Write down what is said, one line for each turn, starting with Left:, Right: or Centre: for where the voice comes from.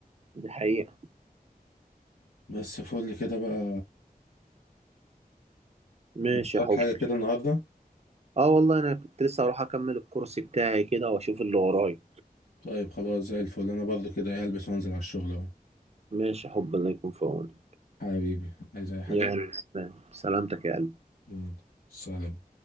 Right: دي حقيقه
Left: بس فل كده بقى
Right: ماشي
Left: انت وراك
Right: يا حبي
Left: حاجة كده النهاردة
Right: اه والله انا كنت لسه هروح اكمل الكورس بتاعي كده واشوف اللي ورايا
Left: طيب خلاص زي الفل انا برضو كده هلبس وانزل على الشغل اهو
Right: ماشي يا حبي الله يكون في عونك
Left: حبيبي عايز اي حاجة
Right: يلا سلام سلامتك يا قلبي
Left: يلا. سلام